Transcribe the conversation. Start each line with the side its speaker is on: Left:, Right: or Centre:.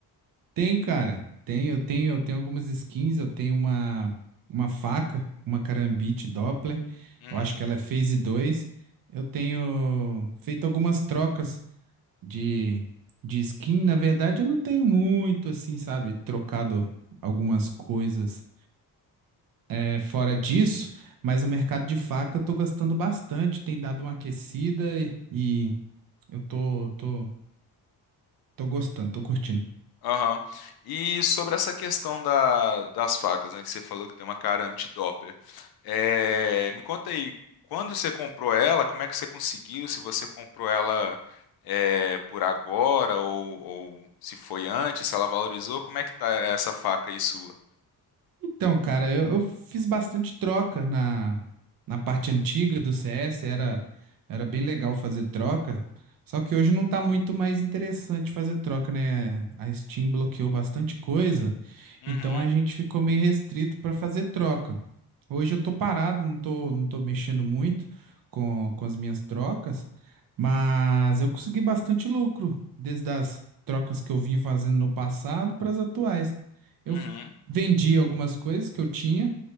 Right: Tenho, cara. Tenho, eu tenho, eu tenho algumas skins. Eu tenho uma, uma faca, uma Karambit Doppler.
Left: Uhum.
Right: Eu acho que ela é Phase 2. Eu tenho feito algumas trocas de, de skin. Na verdade, eu não tenho muito, assim, sabe? Trocado algumas coisas é, fora disso, mas o mercado de faca eu tô gostando bastante, tem dado uma aquecida e, e eu tô, tô, tô gostando, tô curtindo.
Left: Aham. E sobre essa questão da, das facas, né, que você falou que tem uma cara anti-dopper. É, me conta aí, quando você comprou ela, como é que você conseguiu? Se você comprou ela é, por agora ou, ou se foi antes, se ela valorizou, como é que tá essa faca aí sua?
Right: Então, cara, eu, eu fiz bastante troca na, na parte antiga do CS, era, era bem legal fazer troca, só que hoje não tá muito mais interessante fazer troca, né? A Steam bloqueou bastante coisa,
Left: Uhum,
Right: então a gente ficou meio restrito para fazer troca. Hoje eu tô parado, não tô, não tô mexendo muito com, com as minhas trocas, mas eu consegui bastante lucro desde as trocas que eu vim fazendo no passado para as atuais. Eu
Left: uhum,
Right: Vendi algumas coisas que eu tinha,